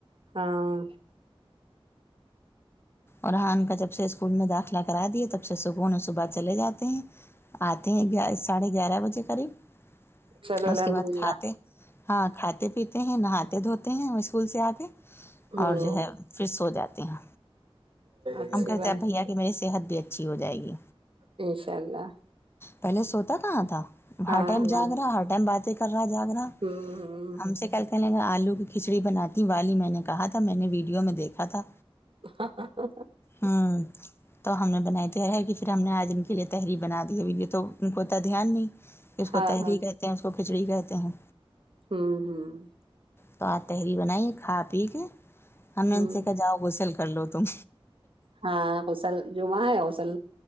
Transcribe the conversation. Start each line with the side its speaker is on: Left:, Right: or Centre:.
Right: ہاں
Left: اورحان کا جب سے اسکول میں داخلہ کرا دیے تب سے سکون اور صبح چلے جاتے ہیں آتے ہیں گی ساڑھے گیارہ بجے قریب
Right: چلو
Left: اس
Right: الحمد
Left: کے بعد
Right: للہ
Left: کھاتے ہاں کھاتے پیتے ہیں نہاتے دھوتے ہیں ہم اسکول سے آ کے
Right: ہوں
Left: اور جو ہے پھر سو جاتے ہیں
Right: اچھی
Left: ہم کہتے
Right: بات
Left: اب بھیا کہ میری صحت بھی اچھی ہو جائے گی
Right: انشاء اللہ
Left: پہلے سوتا کہاں تھا
Right: ہاں
Left: ہر ٹائم
Right: ہاں
Left: جاگ رہا ہر ٹائم باتیں کر رہا جاگ رہا
Right: ہوں ہوں
Left: ہم سے کل کہ لیں گے آلو کی کھچڑی بناتی والی میں نے کہا تھا میں نے ویڈیو میں دیکھا تھا
Right: ہ ہ ہ
Left: ہوں تو ہم نے بنائی تی ارہر کہ پھر ہم نے آج ان کے لیے تحری بنا دی ہے یہ تو ان کو اتا دھیان نہیں کہ اس کو
Right: ہاں
Left: تحری
Right: ہاں
Left: کہتے ہیں اس کو کھچڑی کہتے ہیں
Right: ھمم ھمم
Left: تو آج تحری بنائی کھا پی کے ہم نے
Right: ہوں
Left: ان سے کہا جاؤ غسل کر لو تم
Right: ہاں غسل جمعہ ہے غسل